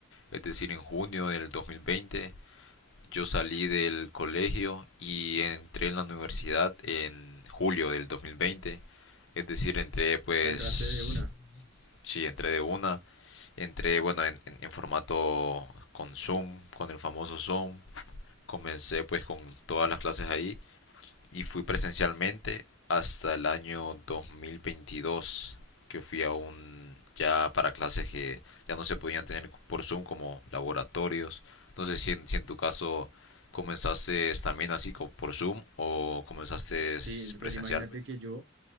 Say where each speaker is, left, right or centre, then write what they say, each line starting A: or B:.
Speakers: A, on the left (about 65°); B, on the right (about 60°).
A: es decir, en junio del 2020 yo salí del colegio y entré en la universidad en julio del 2020, es decir, entré pues,
B: ¿Te entraste de una?
A: sí, entré de una, entré bueno en, en- en formato con Zoom, con el famoso Zoom, comencé pues con todas las clases ahí y fui presencialmente hasta el año 2022 que fui a un ya para clases que ya no se podían tener por Zoom como laboratorios. No sé si en, si en tu caso comenzaste también así co- por Zoom o comenzaste
B: Sí,
A: presencial.
B: pues imagínate que yo, o